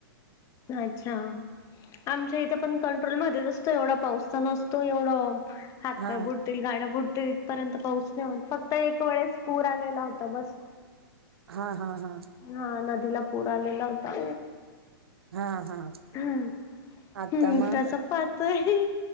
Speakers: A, on the left; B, on the right.
A: अच्छा आमच्या इथे पण कंट्रोलमध्येच असतो एवढा पाऊसच नसतो एवढं हात
B: हा
A: बुटतील गाणं बुट थपर्यंत <unintelligible> फक्त एक वेळेस पूर आलेला होता बस.
B: हा हा हा.
A: हा नदीला पूर आलेला होता.
B: हा हा.
A: हम्
B: आता
A: हम्म
B: मग
A: कस पाहतोय.